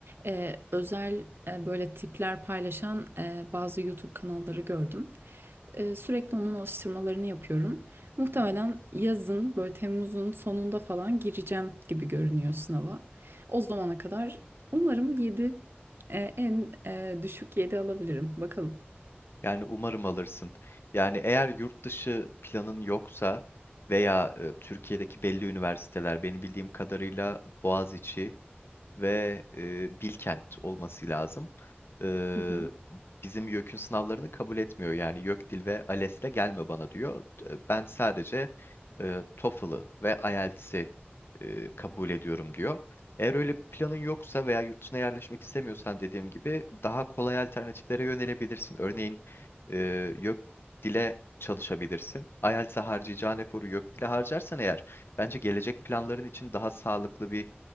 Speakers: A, on the right; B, on the left.
A: E, özel e, böyle tipler paylaşan e, bazı YouTube kanalları gördüm. Ee, sürekli onun alıştırmalarını yapıyorum. Muhtemelen yazın böyle Temmuz'un sonunda falan gireceğim gibi görünüyor sınava. O zamana kadar umarım 7 en e, düşük 7 alabilirim. Bakalım.
B: Yani umarım alırsın. Yani eğer yurt dışı planın yoksa veya e, Türkiye'deki belli üniversiteler benim bildiğim kadarıyla Boğaziçi, ve e, Bilkent olması lazım. E,
A: Hı hı.
B: bizim YÖK'ün sınavlarını kabul etmiyor. Yani YÖK Dil ve ALES'le gelme bana diyor. E, Ben sadece e, TOEFL'ı ve IELTS'i e, kabul ediyorum diyor. Eğer öyle bir planın yoksa veya yurt dışına yerleşmek istemiyorsan dediğim gibi daha kolay alternatiflere yönelebilirsin. Örneğin e, YÖK Dil'e çalışabilirsin. IELTS'e harcayacağın eforu YÖK Dil'e harcarsan eğer bence gelecek planların için daha sağlıklı bir